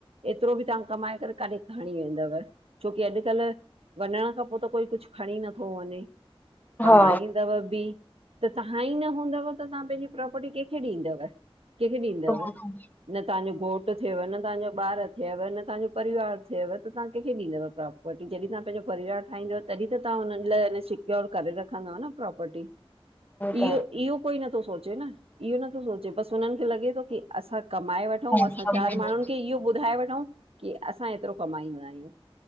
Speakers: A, on the right; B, on the left.
A: एतिरो बि तव्हां कमाए करे काॾे खणी वेंदव छोकी अॼुकल्ह वञण खां पो त कोई कुछ खणी नथो वञे कमाईंदव
B: हा हा
A: बि त तव्हां ई न हूंदव त तव्हां पंहिंजी प्रोपर्टी कंहिंखे ॾींदव? कंहिंखे ॾींदव?
B: उहो
A: न तव्हांजो घोटु थियव न तव्हांजो ॿार थियव न तव्हांजो परिवार थियव त तव्हांं‌ कहिंखे ॾींदव प्रॉपर्टी जॾहिं तव्हां पंहिंजो परिवार ठाहींदव तॾहिं त तव्हां हुननि लाइ हन सिक्योर करे रखंदव न प्रोपर्टी इहो
B: त
A: इहो कोई नथो सोचे न इहो नथो सोचे बसि हुननि खे लॻे थो की असां कमाए वठ वठऊं
B: आहे
A: असां
B: हा
A: चार माण्हुनि खे इहो ॿुधाए वठऊं की असां एतिरो कमाईंदा आहियूं।